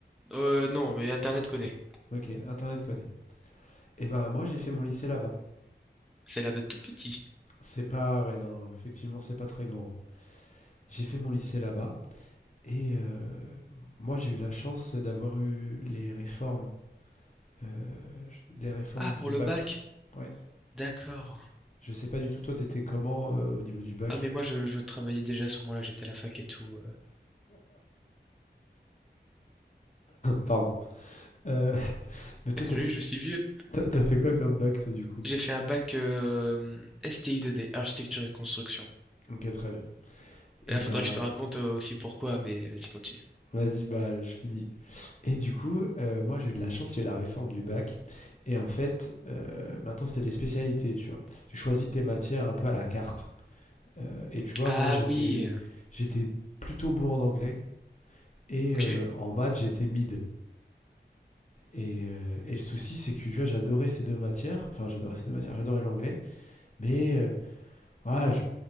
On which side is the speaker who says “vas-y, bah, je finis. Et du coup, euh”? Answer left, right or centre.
Left